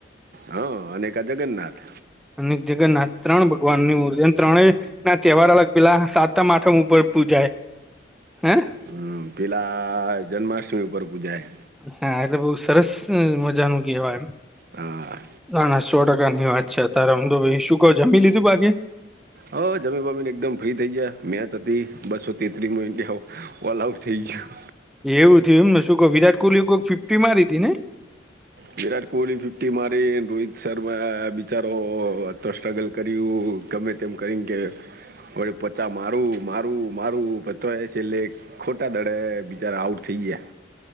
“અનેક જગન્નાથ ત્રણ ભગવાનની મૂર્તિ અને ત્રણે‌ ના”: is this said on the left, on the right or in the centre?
Centre